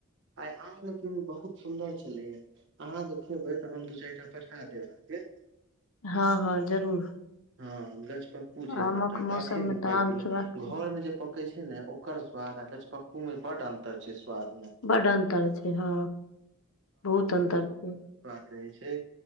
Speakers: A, on the right; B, on the left.
A: आइ आम लेकिन बहुत सुन्दर छलैया अहाँ जे खेबै तऽ हम दू चारिटा पठा देब अहाँके
B: हँ हँ जरूर
A: हँ गछपक्कू छै
B: आमक
A: सबटा गाछेमे
B: मौसम मे तऽ
A: पाकि
B: आम
A: गेलै
B: खेबाक
A: घर मे जे पके छै ने ओकर स्वाद आ गछपक्कू में बड अंतर छै स्वाद में
B: बड्ड अन्तर छै हँ बहुत अन्तर छै
A: रहै छै